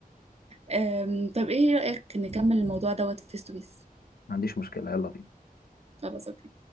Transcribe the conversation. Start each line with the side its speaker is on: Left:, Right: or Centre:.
Right: أم، طب ايه رايك نكمل الموضوع دوت فيس تو فيس
Left: ما عنديش مشكلة يلا بينا
Right: خلاص أوكي.